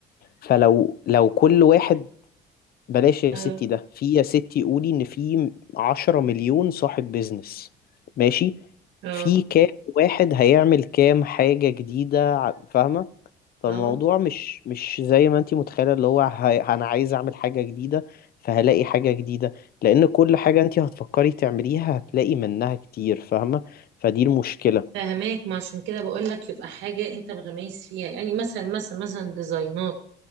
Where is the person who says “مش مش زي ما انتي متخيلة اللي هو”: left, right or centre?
Left